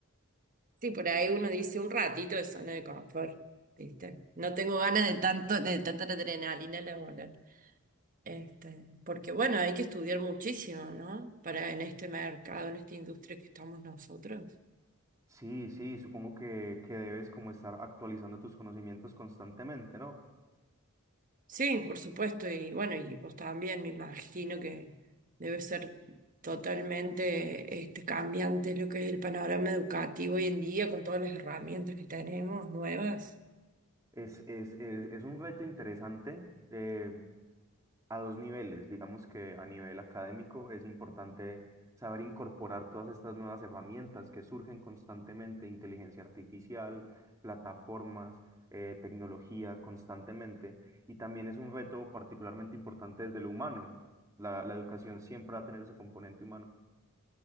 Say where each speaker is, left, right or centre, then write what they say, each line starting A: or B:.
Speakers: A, on the right; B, on the right.
A: Sí, por ahí uno dice un ratito de zona de confort, ¿viste? No tengo ganas de tanto, de tanta adrenalina laboral. Este, porque bueno, hay que estudiar muchísimo, ¿no? Para en este mercado, en esta industria que estamos nosotros.
B: Sí, sí, supongo que, que debes como estar actualizando tus conocimientos constantemente, ¿no?
A: Sí, por supuesto, y bueno, y vos también me imagino que debe ser totalmente este, cambiante lo que es el panorama educativo hoy en día con todas las herramientas que tenemos nuevas.
B: Es, es, es, es un reto interesante. eh, a dos niveles. Digamos que a nivel académico es importante saber incorporar todas estas nuevas herramientas que surgen constantemente, inteligencia artificial, plataformas, eh, tecnología constantemente. Y también es un reto particularmente importante desde lo humano. La, la educación siempre va a tener ese componente humano.